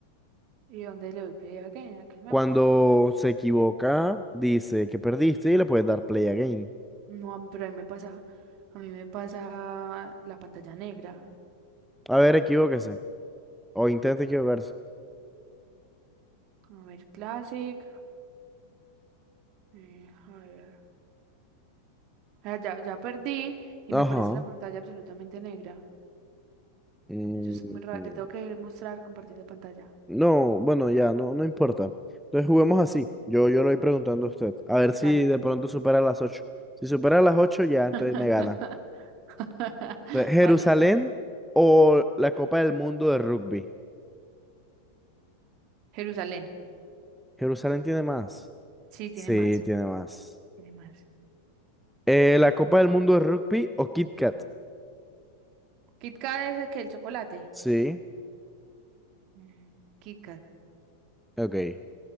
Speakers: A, on the right; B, in the centre.
A: ¿Y dónde le doy play again? ¿A qué me
B: Cuando
A: aparece?
B: se equivoca, dice que perdiste y le puedes dar play again.
A: No, a mí- pero a mí me pasa, a mí me pasa la pantalla negra.
B: A ver, equivóquese. O intente equivocarse.
A: A ver, Classic. eh, a ver. Ah, Ya, ya perdí y
B: Ajá.
A: me aparece la pantalla absolutamente negra.
B: Mm,
A: Eso es muy raro. Te tengo que mostrar compartiendo pantalla.
B: No, bueno, ya, no, no importa. Entonces juguemos así. Yo, yo lo voy preguntando a usted. A ver si
A: Dale.
B: de pronto supera las ocho Si supera las 8 ya,
A: <laughs>
B: entonces me gana.
A: <laughs>
B: Entonces, Jerusalén
A: Vale,
B: o la Copa del Mundo de Rugby.
A: Jerusalén.
B: Jerusalén tiene más.
A: Sí, tiene
B: Sí,
A: más,
B: tiene más.
A: tiene más.
B: Eh, la Copa del Mundo de Rugby o Kit Kat.
A: Kit Kat es el que el chocolate.
B: Sí,
A: Mm, Kit Kat.
B: ok,